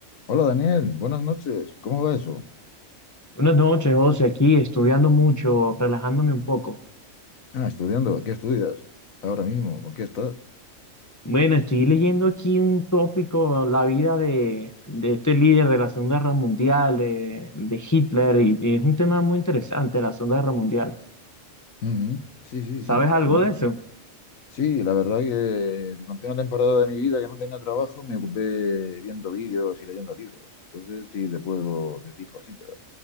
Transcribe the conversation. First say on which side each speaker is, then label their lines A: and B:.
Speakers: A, on the left (about 80°); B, on the left (about 15°).
A: Hola Daniel, buenas noches. ¿Cómo va eso?
B: Buenas noches, José, aquí estudiando mucho, relajándome un poco.
A: Ah, estudiando. ¿Qué estudias? Ahora mismo, ¿con qué estás?
B: Bueno, estoy leyendo aquí un tópico, la vida de, de este líder de la Segunda Guerra Mundial, de, de Hitler, y, y es un tema muy interesante, la Segunda Guerra Mundial.
A: Ujú. Sí, sí,
B: ¿Sabes
A: sí.
B: algo
A: Mm.
B: de eso?
A: Sí, la verdad que durante una temporada de mi vida que no tenía trabajo me ocupé viendo vídeos y leyendo libros. Entonces sí te puedo decir cositas.